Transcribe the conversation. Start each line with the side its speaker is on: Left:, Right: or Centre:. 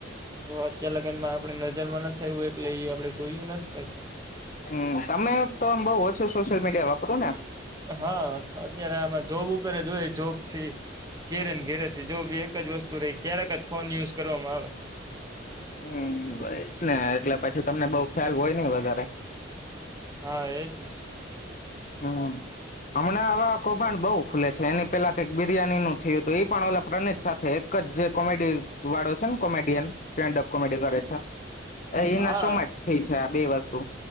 Right: અત્યાર, લગનમા આપડ નજરમા નથી. થયું એટલે એ આપડે જોયું નથી ભાઈ
Left: હમ સમય, તો બહ સોશિલ, મીડિયા વાપર ને
Right: હા, અત્યારે આમાં જોબ ઉપર જોય જોબ થી ઘેરેન ઘેરે જો બી એક જ વસ્તુ રહી, ક્યારેક ફોન યુઝ કરવામા આવે
Left: હમ, ભય જ ને એટલે પછી, તમને બઉ ખ્યાલ હોય નહ વધારે
Right: હા, એજને
Left: હા હમણા, આવા કૌભાંડ બઉુ ખુલે છે, એની પેલા કક બિરિયાની નું થયું હતું એ પણ ઓ પ્રણીત એક જ જે કોમેડી વાળો છે, ને કોમેડિયન સ્ટેન્ડઅપ કોમેડી કરે છે. એના
Right: હા
Left: શોમાં જ થઈ છે, આ બે વસ્તુ